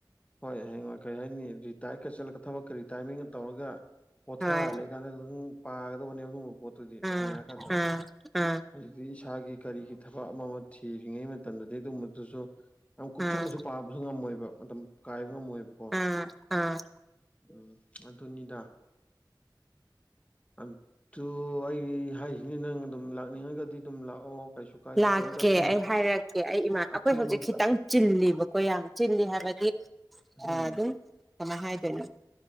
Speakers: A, on the left; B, in the centre.
A: ꯍꯣꯏ ꯍꯌꯦꯡꯉ ꯀꯩ ꯍꯥꯏꯅꯤ ꯔꯤꯇꯥꯌꯔꯒ ꯆꯠꯂꯒ ꯊꯕꯛ ꯀꯔꯤ ꯇꯥꯏꯃꯤꯡ ꯇꯧꯔꯒ ꯄꯣꯊꯥꯔ
B: ꯍꯣꯏ
A: ꯂꯩꯀꯥꯟꯗ ꯈꯤꯇꯪ ꯄꯥꯒꯗꯕꯅꯦ ꯑꯗꯨꯒꯕ ꯄꯣ ꯇꯨꯗꯤ
B: ꯎꯝ
A: ꯁꯉꯔ ꯀꯥꯟꯗ
B: ꯎꯝ ꯎꯝ
A: ꯑꯗꯨꯗꯤ ꯏꯁꯥꯒꯤ ꯀꯔꯤꯒꯤ ꯊꯕꯛ ꯑꯃ ꯑꯃ ꯊꯤꯔꯤꯉꯩ ꯃꯇꯝꯗꯗꯤ ꯑꯗꯨꯨꯝꯕꯗꯨꯁꯨ ꯌꯥꯝ ꯀꯨꯞꯊꯠꯅꯁꯨ
B: ꯎꯝ
A: ꯄꯥꯕꯁꯨ ꯉꯝꯃꯣꯏꯕ ꯃꯇꯝ ꯀꯥꯏꯕ ꯉꯝꯃꯣꯏꯕ
B: ꯎꯝ ꯎꯝ
A: ꯎꯝ ꯃꯅꯤꯗꯥ ꯑꯗꯨ ꯑꯩ ꯍꯥꯏꯁꯤꯅꯦ ꯅꯪ ꯑꯗꯨꯝ ꯂꯥꯛꯅꯤꯡꯉꯒꯗꯤ ꯑꯗꯨꯝ ꯂꯥꯛꯑꯣ ꯀꯩꯁꯨ ꯀꯥꯏꯗꯦ
B: ꯂꯥꯛꯀꯦ
A: ꯀꯩꯝꯇ ꯑꯊꯤꯡ
B: ꯑꯩ ꯍꯥꯏꯔꯛꯀꯦ ꯑꯩ ꯏꯃꯥꯟ ꯑꯩꯈꯣꯏ
A: ꯑꯊꯤꯡ
B: ꯍꯧꯖꯤꯛ ꯈꯤꯇꯪ ꯆꯤꯜꯂꯤꯕꯀꯣ ꯌꯥꯝ ꯆꯤꯜꯂꯤ ꯍꯥꯏꯕꯗꯤ
A: ꯎꯝ
B: ꯑ ꯑꯗꯨ ꯆꯃ ꯍꯥꯏꯕꯅ